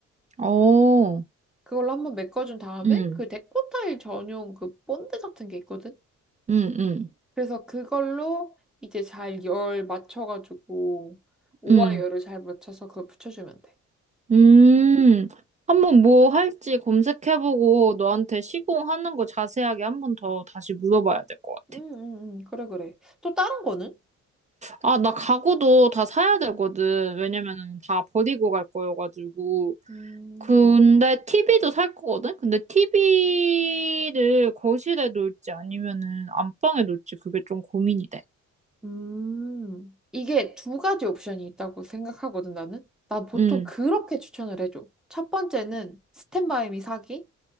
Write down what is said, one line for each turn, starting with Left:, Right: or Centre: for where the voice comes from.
Right: 오,
Centre: 그걸로 한번 메꿔준 다음에
Right: 응,
Centre: 그 데코 타일 전용 그 본드 같은 게 있거든?
Right: 어, 응, 응,
Centre: 그래서 그걸로 이제 잘 열 맞춰가지고 오와
Right: 응.
Centre: 열을 잘 맞춰서 그걸 붙여주면 돼.
Right: 음, 한번 뭐 할지 검색해보고 너한테 시공하는 거 자세하게 한번 더 다시 물어봐야 될 것 같아.
Centre: 음, 음, 음. 그래, 그래. 또 다른 거는?
Right: 아, 나 가구도 다 사야 되거든. 왜냐면은 다 버리고 갈 거여가지고.
Centre: 음,
Right: 근데 TV도 살 거거든? 근데 TV를 거실에 놓을지 아니면은 안방에 놓을지 그게 좀 고민이 돼.
Centre: 음. 이게 두 가지 옵션이 있다고 생각하거든, 나는. 난 보통
Right: 음,
Centre: 그렇게 추천을 해줘. 첫 번째는 스탠바이미 사기.